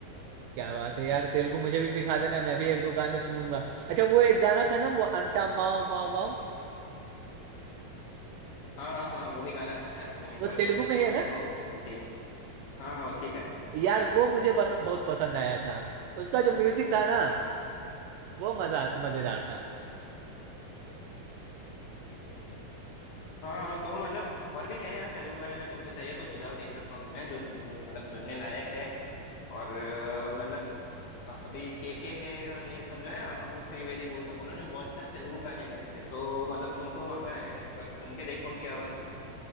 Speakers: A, on the right; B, on the left.
A: क्या बात है यार तेलुगु मुझे भी सिखा देना मैं भी एक दो गाने सुनूंगा अच्छा वो एक गाना था ना वो अंटा माओ माओ माओ
B: हाँ हाँ हाँ वो भी गाना अच्छा है तुम एक
A: वो
B: बार सुन
A: तेलुगु में है
B: सुन
A: ना
B: लो उसको क्योंकि हाँ हाँ उसी का है
A: यार वो मुझे बस बहुत पसंद आया था उसका जो म्यूजिक था ना वो मजा मजेदार था
B: हाँ तो मतलब और भी है यार तेलुगु गाने में तुमको चाहिए तो सुझाव दे सकता हूँ तुम्हें जो सुन मतलब सुनने लायक है और अ, मतलब अभी के के है और ये सब जो है अम- अमित त्रिवेदी वो सब उन्होंने बहुत सारे तेलुगु गाने गाए थे तो मतलब तुमको मजा आएगा एक बार सुन के देखो उनकी आवाज में